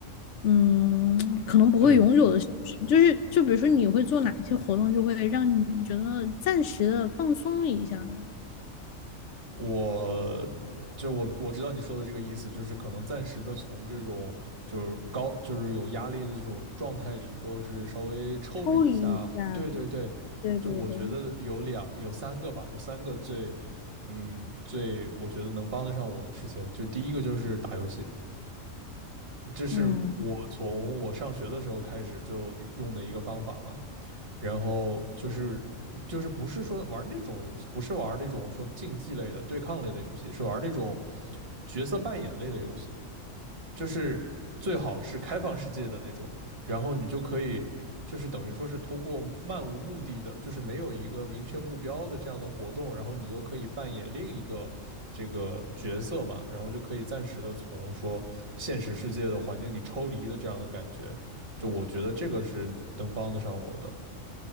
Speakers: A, on the left; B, on the right.
A: 嗯，可能不会永久的消失。
B: 对，
A: 就是就比如说你会做哪些活动，就会让你觉得暂时的放松一下，
B: 我就我我知道你说的这个意思，就是可能暂时的从这种就是高就是有压力的这种状态里，说是稍微抽离一下。
A: 抽离一下。
B: 或对对对，
A: 对对对。
B: 就我觉得有两有三个吧，有三个最嗯最我觉得能帮得上我的事情，就第一个就是打游戏，这是我从我上学的时候开始就用的一个方法嘛。
A: 嗯，
B: 然后就是就是不是说玩那种游戏，不是玩那种说竞技类的、对抗类的游戏，是玩那种角色扮演类的游戏，就是最好是开放世界的那种，然后你就可以就是等于说是通过漫无目的的，就是没有一个明确目标的这样的活动，然后你又可以扮演另一个这个角色嘛，然后就可以暂时的从说现实世界的环境里抽离的这样的感觉，就我觉得这个是能帮得上我的。